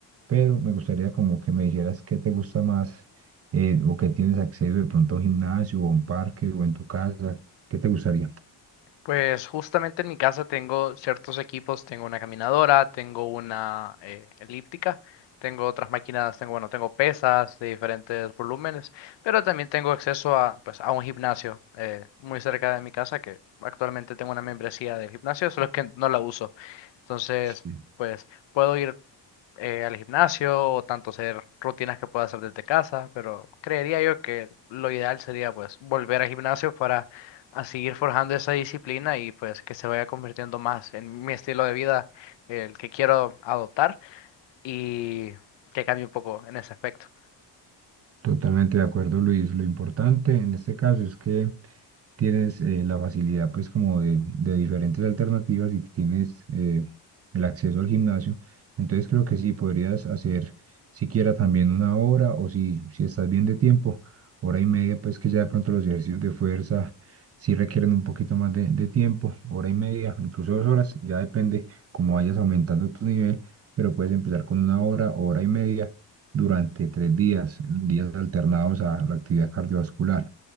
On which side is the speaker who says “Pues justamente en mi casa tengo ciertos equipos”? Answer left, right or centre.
Left